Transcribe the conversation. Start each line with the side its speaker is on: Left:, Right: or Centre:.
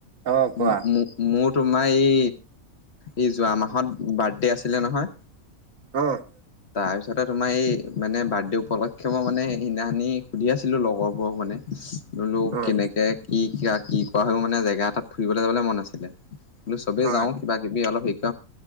Right: অ' কোৱা
Left: মো-মো-মোৰ তোমাৰ এই এই যোৱা মাহত বাৰ্থডে আছি ছিলে নহয়।
Right: অ'।
Left: তাৰপিছতে তোমাৰ এই মানে বাৰ্থডে উপলক্ষ মই মানে এই <unintelligible> সুধি আছিলোঁ লগৰবোৰক মানে বোলো
Right: অ'
Left: কেনেকৈ কি কাক কি কৰা হয় মানে জেগা এতাত ফুৰিবলৈ যাবলৈ মন আছিলে। বোলো চবেই
Right: হয়
Left: যাও কিবা কিবি অলপ <unintelligible>